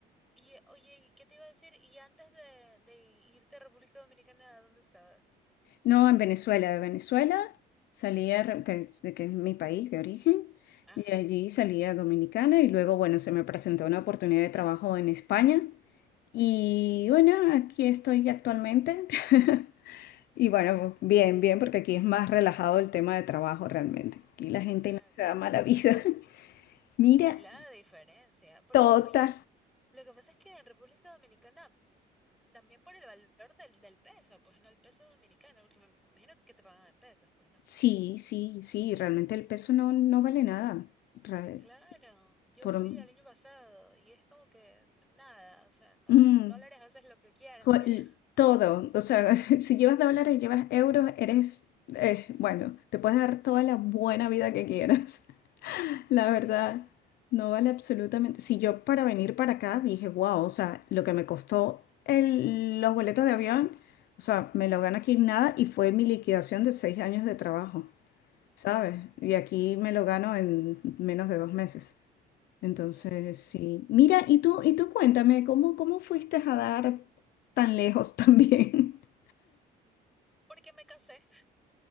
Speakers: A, in the centre; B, on the left.
A: Y eh, oye, ¿y qué te iba a decir? Y antes de, de irte a República Dominicana, dónde estabas?
B: No, en Venezuela. De Venezuela salía, Re- que, de que es mi país de origen,
A: Ajá.
B: y de allí salía Dominicana y luego, bueno, se me presentó una oportunidad de trabajo en España. Y bueno, aquí estoy actualmente. <laughs> Y bueno, bien, bien, porque aquí es más relajado el tema de trabajo realmente. Aquí la gente
A: Claro,
B: no se da mala vida. <laughs> Mira,
A: la diferencia, porque
B: tota.
A: oye, lo que pasa es que en República Dominicana, también por el valor del, del peso, pues no el peso dominicano, porque me imagino que te pagan en pesos, pues no.
B: Sí, sí, sí, realmente el peso no, no vale nada. Ra-
A: Claro, yo
B: Por,
A: fui
B: un-
A: el año pasado y es como que nada, o sea,
B: mm.
A: con dólares haces lo que quieras
B: Con
A: por allá.
B: todo, o sea, <laughs> si llevas dólares, llevas euros, eres, eh, bueno, te puedes dar toda la buena vida que quieras. <laughs> La
A: Sí,
B: verdad, no
A: <laughs>
B: vale absolutamente. Si yo para venir para acá dije, wow, o sea, lo que me costó el- los boletos de avión, o sea, me lo gano aquí en nada y fue mi liquidación de seis años de trabajo,
A: Mm,
B: ¿sabes? Y aquí me lo gano en menos de dos meses. Entonces,
A: claro,
B: sí. Mira, y tú, y tú cuéntame, ¿cómo, cómo fuiste a dar tan lejos también? <laughs>
A: porque me casé.